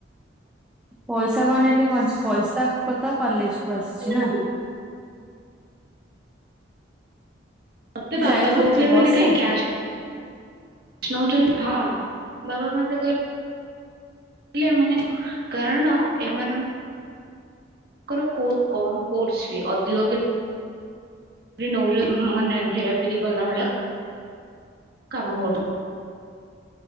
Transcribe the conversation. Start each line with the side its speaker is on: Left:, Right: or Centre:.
Centre: ପଇସା କଣ ଟି କଣଅଛି ପଇସା କଥା କଲେଜ କୁ ଆସିଚି
Right: ମାନେ
Centre: ନା
Right: ମତେ
Centre: ତୁ
Right: ବାବା
Centre: ଯାଇଥିଲୁ
Right: କହୁଥିଲେ
Centre: କୋଉଥିରେ ବସ
Right: ମାନେ କାହିଁ
Centre: ରେ?
Right: କ୍ୟାସ୍ ନଉଛନ୍ତି ହଁ ବାବା ମତେ କହିଲେ ହେ ମାନେ କାରଣ ଏମାନ ଙ୍କର କମ୍ କୋର୍ସ ବି ଅଧିକ ନୋଉଛ ମାନେ ହେରାଫେରି କଲା ଭଳିଆ କାମ କ